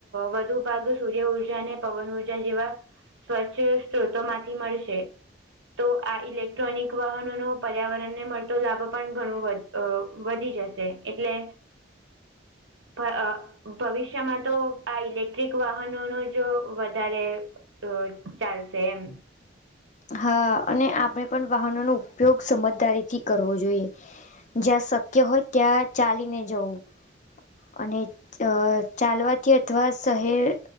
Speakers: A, on the right; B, on the left.
A: વધુ ભાગ સૂર્ય ઉર્જા અને પવન ઉર્જા જેવા સ્વચ્છ સ્ત્રોતો માંથી મળશે તો આ ઇલેક ઈલેક્ટ્રોનિક વાહનોનો પર્યાવરણ ને મળતો લાભ પણ ઘણું વધી જશે એટલે પણ અ ભવિષ્યમાં તો આ ઇલેક્ટ્રિક વાહનો ન જો વધારે અ ચાલશે એમ
B: હા, અને આપણે પણ વાહનોનો ઉપયોગ સમજદારીથી કરવો જોઈએ જ્યાં શક્ય હોય ત્યાં ચાલીને જવું અને ચાલવાથી અથવા શહેર